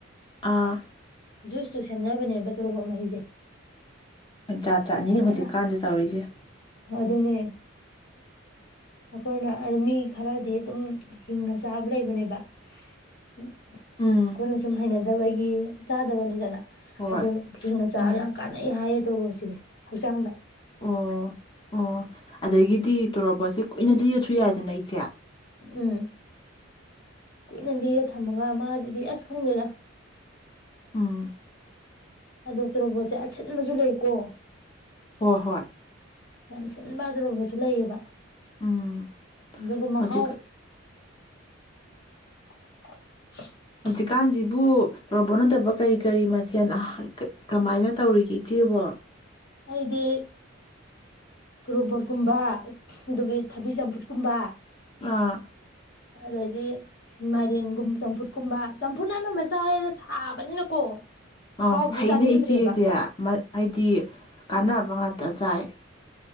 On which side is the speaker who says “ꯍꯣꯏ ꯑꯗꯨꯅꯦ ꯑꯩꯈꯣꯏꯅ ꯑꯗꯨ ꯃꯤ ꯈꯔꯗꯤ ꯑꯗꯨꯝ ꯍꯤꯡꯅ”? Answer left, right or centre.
Left